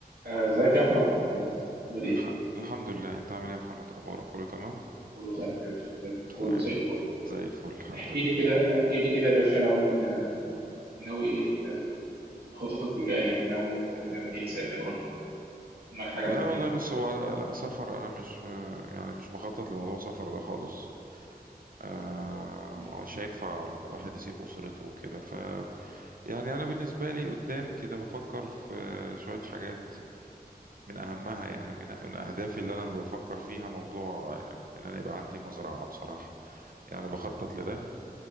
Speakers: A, on the right; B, on the right.
A: آه، ازيك يا احمد عامل
B: الح...
A: ايه
B: الحمد لله انت عامل ايه يا محمد اخبارك كله تمام
A: كله تمام يا باشا زي الفل،
B: تمام
A: كله زي الفل
B: زي الفل الحمد
A: احكي
B: لله
A: لي كده احكي لي كده يا باشا ناوي ناوي ايه في خططك اللي جايه يعني ناوي تعمل ايه تسافر ولا دماغك حاجه
B: لا
A: معينه
B: والله بص
A: ولا
B: هو لا سفر انا مش يعني مش بخطط لموضوع سفر ده خالص آه
A: مم.
B: مش هينفع الواحد يسيب اسرته وكده ف يعني انا بالنسبه لي قدام كده بفكر في شويه حاجات من اهمها يعني من من اهدافي اللي انا بفكر فيها موضوع ان انا يبقى عندي مزرعه بصراحه يعني بخطط لده